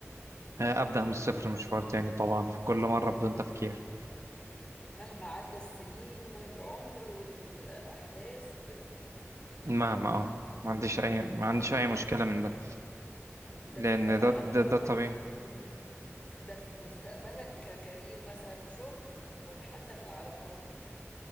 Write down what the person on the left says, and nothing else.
مهما عدى السنين والعمر والاحداث وكده
مم.
وده
فيما يتعلق
برضو
مم. ده في مستقبلك ككارير مثلا وشغل ولا حتى في العلاقات